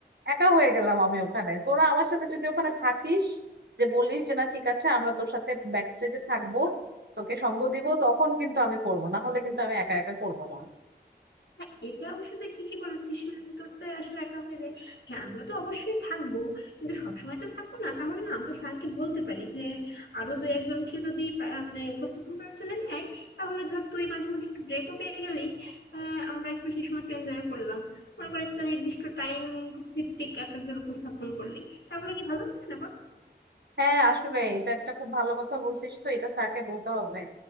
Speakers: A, on the right; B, on the left.
A: একা হয়ে গেলাম আমি ওখানে তোরা আমার সাথে যদি ওখানে থাকিস যে বলিস যে না ঠিক আছে আমরা তোর সাথে ব্যাক স্টেজে থাকবো তোকে সঙ্গ দিব তখন কিন্তু আমি করবো না হলে কিন্তু আমি একা একা করবো না
B: হ্যাঁ এটা অবশ্য তুই ঠিকই বলেছিস মানে তোর তো আসলে একা হয়ে যায় হ্যাঁ আমরা তো অবশ্যই থাকবো কিন্তু সবসময় তো থাকবো না তাহলে না আমরা স্যারকে বলতে পারি যে আরো দু একজনকে যদি পা- মানে উপস্থাপন করার জন্য নেয় তাহলে ধর তুই মাঝে মধ্যে একটু ব্রেকও পেয়ে গেলি আহ আমরা একটু সেই সময় একটু এনজয় করলাম মনে কর একটা নির্দিষ্ট টাইম ভিত্তিক এক একজন উপস্থাপন করলি তাহলে কি ভালো হবে না বল
A: হ্যাঁ আসলে এটা একটা খুব ভালো কথা বলছিস তো এটা স্যারকে বলতে হবে